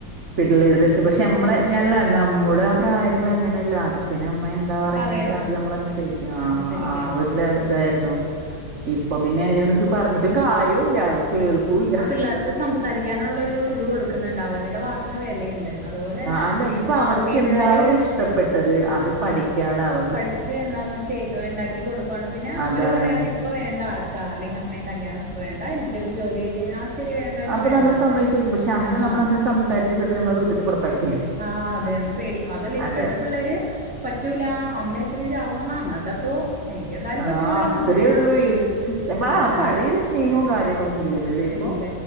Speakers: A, on the right (about 45°); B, in the centre.
A: പിള്ള <unintelligible> ഒരു ദശം പക്ഷെ നമ്മളെ ഞല്ല നമ്മുടെ ആ പ്രായത്തി അങ്ങനെയല്ല. അച്ഛനുമ്മ എന്താ പറയന്ന്
B: പറയണ
A: വെച്ചാ അത് നമ്മൾ അനുസരിക്കാ ആ
B: അനുസരിക്കാം
A: ആ് ഒര്തായിരുന്നു. ഇപ്പൊ പിന്നെ അവരെന്നും പറഞ്ഞിട്ടു കാര്യല്ല കേൾക്കൂല്ല.
B: എല്ലർക്ക <unintelligible> സം സംസാരിക്കാനുള്ളൊരുത് കൊടുക്കുന്നുണ്ട് അവരുടെ വാക്കിന് വെലെണ്ട്. അതുപോലെന്നെ
A: അല്ല ഇപ്പൊ
B: ആ
A: അവർക്ക്
B: വീട്ടുകാര്
A: എന്താണോ ഇഷ്ടപ്പെട്ടത് അത് പഠിക്കാനൻള്ള അവ
B: പഠിച്ച് എന്താന്ന്ചെയ്തു ണ്ടാക്കികൊടുക്കുവാണ്. പിന്നെ
A: അതാണ്
B: അവര് പറയാണ് ഇപ്പൊ വേണ്ട അച്ചാ അല്ലെങ്കിൽ അമ്മെ കല്യാണം വേണ്ട എനിക്കൊരു ജോലികിട്ടി ആ ശരി വേണ്ടെങ്കിവേണ്ട
A: അപ്പൊ നമ്മള് സമ്മതിച്ചു കൊടുക്കും പക്ഷെ
B: എന്ന
A: അന്ന്
B: ആ
A: നമ്മൾ അങ്ങനെ സംസാരിച്ച ചിലപ്പോ നമ്മളെ വീട്ടിൽ നിന്ന് പുറത്താക്കുവായിരുന്നു
B: ആഹ് അതെ പേടി അതല്ലേ ഇപ്പഴത്തെ
A: അതാണ്
B: പിള്ളേര് പറ്റൂലാ അമ്മേച്ചനുചാവുന്ന്റഞാ അന്നാച്ചത്തോ. എനിക്ക് എന്തായാലും
A: ആഹ്
B: പറ്റൂലാ
A: അത്രേ
B: അങ്ങനെയാ
A: ഉള്ളൂ ആ
B: അല്ല
A: പഴയൊരു സ്നേഹവും കാര്യങ്ങളൊന്നും ഇല്ലല്ലോല്ലേ ഇപ്പൊ
B: ഇല്ല